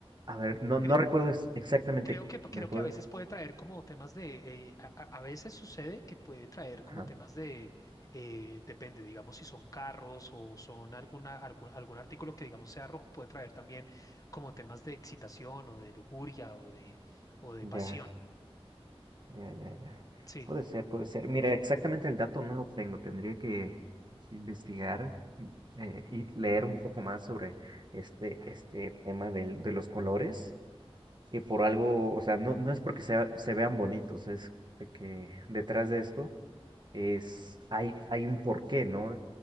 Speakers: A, on the right; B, on the left.
A: a ver, no, no
B: Sí,
A: recuerdo ex- exactamente.
B: Creo que, creo
A: ¿Me puedes?
B: que a veces puede traer como temas de, eh, a, a- a veces sucede que puede traer
A: Ajá.
B: como temas de, eh, depende, digamos, si son carros o son alguna, algún, algún artículo que digamos sea rojo, puede traer también como temas de excitación o de lujuria o de, o de
A: Ya,
B: pasión,
A: ya, ya, ya.
B: sí.
A: Puede ser, puede ser. Mira, exactamente el dato no lo tengo. Tendría que investigar y eh, y leer un poco más sobre este, este tema del- de los colores. que por algo, o sea, no, no es porque sea- se vean bonitos, es de que detrás de esto es, hay, hay un porqué, ¿no?